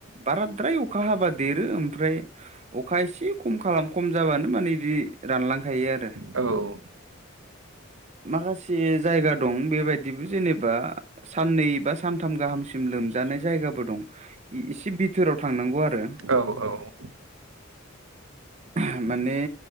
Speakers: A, on the right (about 35°); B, on the right (about 85°).
A: बाराद्राय अखा हाबा देरो ओमफ्राय अखा एसे खम खालाम खम जाबानो माने बिदि रानलांखायो आरो।
B: औ।
A: माखासे ज जायगा दं बेबायदिबो जेनेबा साननै बा सानथाम गाहामसिम लोमज जायगाबो दं एसे बिथोराव थांनांगौ आरो।
B: औ औ।
A: <inaudible> ओहो माने